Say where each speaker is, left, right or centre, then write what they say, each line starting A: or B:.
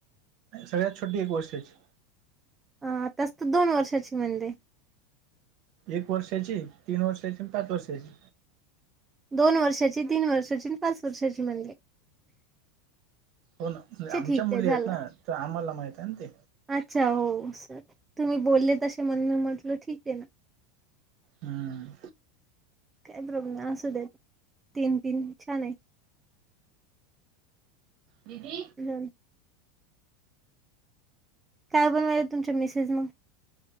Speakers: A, on the right; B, on the right.
A: सगळ्यात छोटी एक वर्षाची.
B: अं आताच तर दोन वर्षाची बनले.
A: एक वर्षाची, तीन वर्षाची आणि पाच वर्षाची.
B: दोन वर्षाची, तीन वर्षाची आणि पाच वर्षाची म्हणले.
A: हो ना
B: अच्छा
A: आमच्या
B: ठीक
A: मुली
B: आहे झालं.
A: आहेत ना, तर आम्हाला माहित आहे ना ते.
B: अच्छा हो सर तुम्ही बोलले तसे म्हणून मी म्हंटल ठीक आहे ना.
A: हम्म.
B: काय प्रॉब्लेम असू देत. तीन तीन छान आहेत.
A: दिदी
B: हम्म. काय बनवायला तुमच्या मिसेस मग?